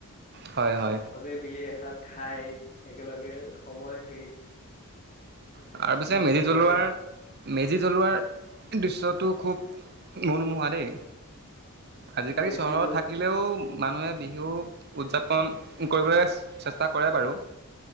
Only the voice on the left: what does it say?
চবে মিলি এসাঁজ খাই একেলগে সময় হেৰি
মানে সময়
হেৰি
কৰে
মেজি
জল